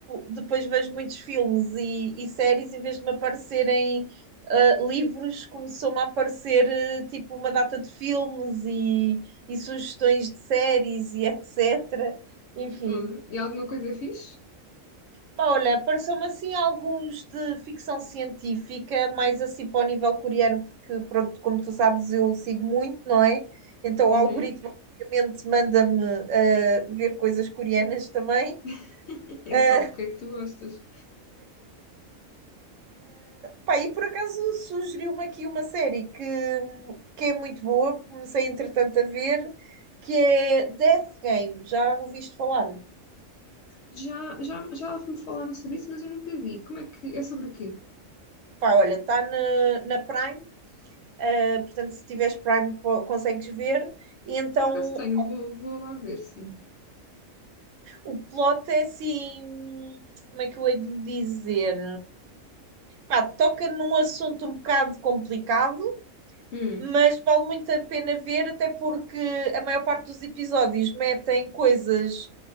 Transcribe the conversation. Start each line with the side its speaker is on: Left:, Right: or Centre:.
Right: depois vejo muitos filmes e, e séries, em vez de me aparecerem ah, livros, começou-me a aparecer eh, tipo uma data de filmes e, e sugestões de séries e etc. Enfim,
Left: Hum, E alguma coisa fixe?
Right: Pá, Olha, pareceu-me assim alguns de ficção científica, mais assim para o nível coreano, porque pronto, como tu sabes, eu sigo muito, não é? Então
Left: Uhum.
Right: o algoritmo obviamente manda-me ah, ver coisas coreanas também.
Left: <laughs> Ele
Right: Ah,
Left: sabe do que é que tu gostas.
Right: pá, e por acaso sugeriu-me aqui uma série que, que é muito boa, comecei entretanto a ver, que é Death Game, já ouviste falar?
Left: Já, já, já me falaram sobre isso, mas eu nunca vi. Como é que, é sobre o quê?
Right: Pá, olha, está na, na Prime, ah, portanto se tiveres Prime po- consegues ver, e então
Left: Por acaso tenho, vou, vou lá ver, sim.
Right: O plot é assim, como é que eu hei de dizer? Pá, toca num assunto um bocado complicado,
Left: Hum,
Right: mas vale muito a pena ver, até porque a maior parte dos episódios metem coisas